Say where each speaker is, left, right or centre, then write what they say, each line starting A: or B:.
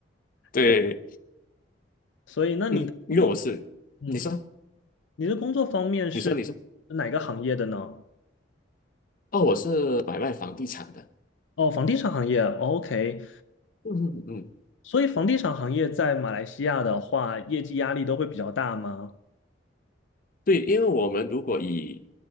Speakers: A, on the left; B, on the left.
A: 对，
B: 对，所以那你的工作，
A: 嗯，因为我是，
B: 嗯，
A: 你说，
B: 你的工作方面是
A: 你说，你说，
B: 哪个行业的呢？
A: 哦，我是买卖房地产的。
B: 哦，房地产行业。哦 OK，
A: 嗯嗯，嗯，
B: 所以房地产行业在马来西亚的话，业绩压力都会比较大吗？
A: 对，因为我们如果以，